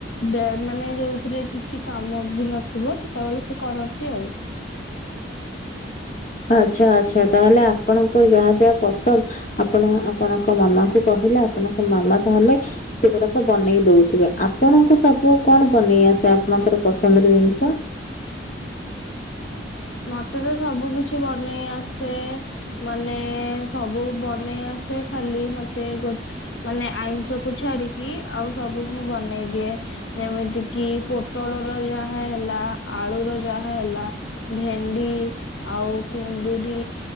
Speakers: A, on the left; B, on the left.
A: ବେ ମାନେ ଯୋଉଥିରେ କିଛି କା କାମ ବି ନଥିବ ସେତେବେଳେ ସେ କରନ୍ତି ଆଉ।
B: <inaudible> ଆଛା, ଆଛା, ତାହେଲେ ଆପଣଙ୍କ ଯାହା ଯାହା ପସନ୍ଦ ଆପଣ, ଆପଣଙ୍କ ମାମାଙ୍କୁ କହ କହିଲେ ଆପଣଙ୍କ ମାମା ତାହେଲେ ସେଗୁଡାକ ବନେଇ ଦଉଥିବେ, ଆପଣଙ୍କୁ ସବୁ କଣ ବନେଇ ଆସ ସେ ଆପଣଙ୍କର ପସନ୍ଦର ଜିନିଷ
A: ମତେ ତ ସବୁ କିଛି ବନେଇ ଆସେ, ମାନେ ସବୁ ବନେଇ ଆସ ସେ ଖାଲି ମତେ ଗୋ ମାନେ ଆଇଁଷ କୁ ଛାଡିକି ଆଉ ସବୁ ମୁଁ ବନେଇ ଦିଏ। ଯେମିତି କିି ପୋଟଳ ର ଯାହା ହେଲା, ଆଳୁର ର ଯାହା ହେଲା ଭେଣ୍ଡି ଆଉ କୁନ୍ଦରି